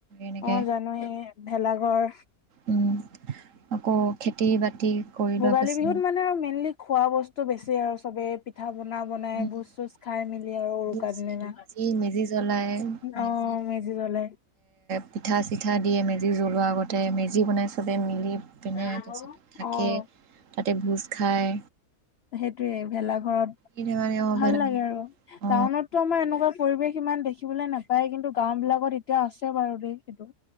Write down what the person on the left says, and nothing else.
অ জানো এই ভেলাঘৰ
ভোগালী
বিহুত মানে আৰু মেইনলি খোৱা বস্তু বেছি আৰু চবে পিঠা
পনা বনাই ভোজ চোজ খাই মেলি আৰু উৰুকাৰ দিনা
অ
জ্বলাই
<inaudible>
অ',
সেইটোৱে ভেলাঘৰত
ভাল
লাগে আৰু
টাউনতটো আমাৰ এনেকুৱা পৰিৱেশ ইমান দেখিবলৈ নাপায়, কিন্তু গাও বিলাকত এতিয়া আছে বাৰু দেই সেইটো